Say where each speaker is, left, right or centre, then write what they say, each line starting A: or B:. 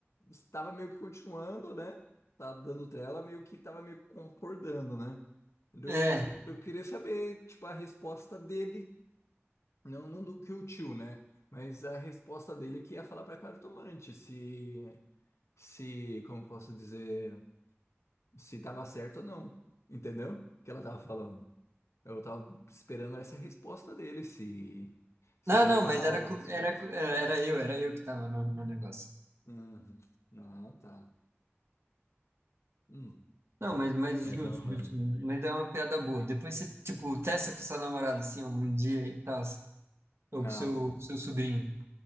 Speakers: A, on the left; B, on the right.
A: estava meio que continuando, né? Tá dando trela, meio que estava meio que concordando, né? Eu,
B: É.
A: eu, eu queria saber, tipo, a resposta dele, não, não do que o tio, né? Mas a resposta dele que ia falar pra cartomante se, se, como posso dizer, se tava certo ou não, entendeu? O que ela tava falando. Eu tava esperando essa resposta dele, se, se
B: Não,
A: ele ia
B: não,
A: falar
B: mas
A: algo
B: era, com-
A: a respeito.
B: era, com- é, era eu, era eu que tava no, no negócio.
A: Uhum. Ah, tá. Hum.
B: Não, mas, mas
A: Mas
B: justo,
A: da hora.
B: justo. Mas é uma piada boa. Depois você, tipo, testa com sua namorada, assim, algum dia e tal.
A: Não,
B: Ou com seu, com seu sobrinho.